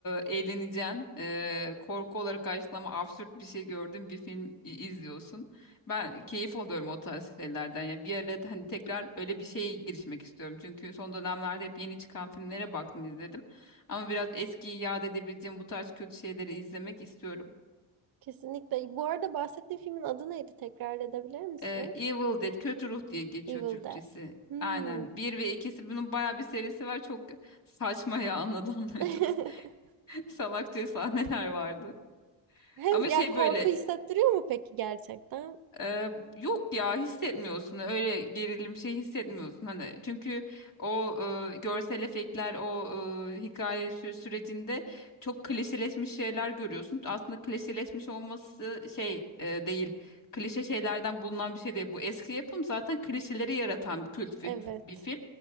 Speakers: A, on the left (about 45°); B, on the right (about 55°).
A: eğleneceksin. E, korku olarak karşılama absürt bir şey gördüğün bir film i- izliyorsun. Ben keyif alıyorum o tarz şeylerden. Ya bir ara da hani tekrar öyle bir şeye girişmek istiyorum. Çünkü son dönemlerde hep yeni çıkan filmlere baktım izledim. Ama biraz eskiyi yad edebileceğim bu tarz kötü şeyleri izlemek istiyorum.
B: Kesinlikle. Bu arada bahsettiğin filmin adı neydi? Tekrar edebilir misin?
A: Ee, Evil Dead, Kötü Ruh diye geçiyor
B: Evil
A: Türkçesi.
B: Dead. Hmm.
A: Aynen. Bir ve ikisi bunun bayağı bir serisi var. Çok saçma ya anladın mı?
B: <laughs>
A: <laughs> Çok Salakça sahneler vardı.
B: Hem
A: Ama
B: ya
A: şey
B: korku
A: böyle
B: hissettiriyor mu peki gerçekten?
A: ee, yok ya hissetmiyorsun öyle gerilim şey hissetmiyorsun hani çünkü o e, görsel efektler o e, hikaye sü- sürecinde çok klişeleşmiş şeyler görüyorsun aslında klişeleşmiş olması şey e, değil klişe şeylerden bulunan bir şey değil bu eski yapım zaten klişeleri yaratan bir kült fi-
B: Evet.
A: bir film